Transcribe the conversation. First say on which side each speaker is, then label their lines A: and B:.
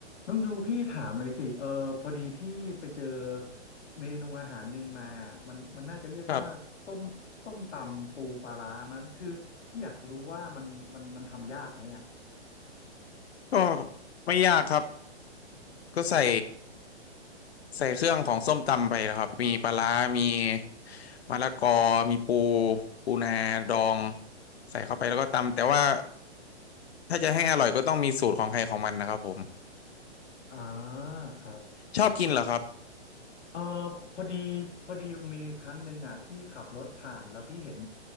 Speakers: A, on the left; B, on the left.
A: น้องยูพี่ถามเลยสิเออพอดีพี่ไปเจอเมนูอาหารหนึ่งมามันมันน่าจะเรียกว่าส้มส้มตำปูปลาร้ามั้งคือพี่อยากรู้ว่ามันมันมันทำยากไหมอ่ะ
B: ครับก็ไม่ยากครับก็ใส่ใส่เครื่องของส้มตำไปนะครับมีปลาร้ามีมะละกอมีปูปูนาดองใส่เข้าไปแล้วก็ตำแต่ว่าถ้าจะให้อร่อยก็ต้องมีสูตรของใครของมันนะครับผม
A: อ่าครับ
B: ชอบกินเหรอครับ
A: เออพอดีพอดีมีครั้งหนึ่งอ่ะพี่ขับรถผ่านแล้วพี่เห็น